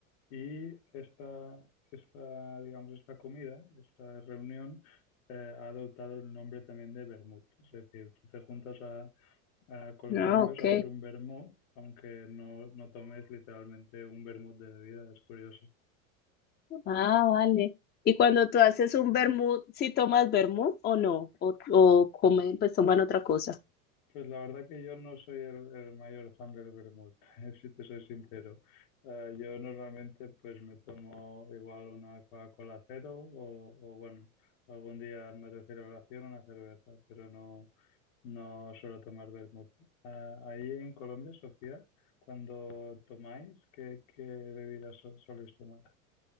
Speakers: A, on the left; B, on the left.
A: y esta, esta, digamos, esta comida, esta reunión eh, ha adoptado el nombre también de vermut. Es decir, tú te juntas a, a, con los
B: Ah,
A: amigos
B: ok.
A: a hacer un vermut, aunque no, no tomes literalmente un vermut de bebida, es curioso.
B: Ah, vale. Y cuando tú haces un vermut, ¿sí tomas vermut o no? O, o comen, pues toman otra cosa.
A: Pues la verdad que yo no soy el, el mayor fan del vermut, <laughs> si te soy sincero. Eh, yo normalmente pues me tomo igual una Coca-Cola cero o, o, bueno, algún día más de celebración una cerveza, pero no, no suelo tomar vermut. Ah, ahí en Colombia, Sofía, cuando tomáis, ¿qué, qué bebidas so- soléis tomar?